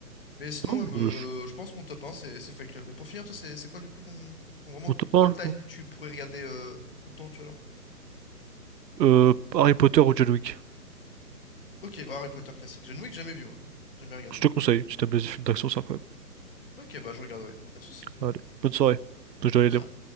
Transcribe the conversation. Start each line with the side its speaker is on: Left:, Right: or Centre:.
Left: Mais sinon,
Right: Non,
Left: ouais, me-
Right: euh, je-
Left: je pense que mon top 1, c'est c'est Fight Club. Et pour finir, toi, c'est c'est quoi du coup ton, ton vraiment
Right: Mon top 1,
Left: all-time tu pourrais regarder euh, tout le temps, tu vois, alors?
Right: euh, Harry Potter ou John Wick.
Left: Ok, bah, Harry Potter classique. John Wick, jamais vu, moi. Jamais regardé.
Right: Je te
Left: ouais.
Right: conseille, si t'aimes les films d'action, c'est incroyable.
Left: Ok, bah je regarderai, pas de souci.
Right: Allez, bonne soirée. Je dois
Left: Même
Right: aller
Left: ça.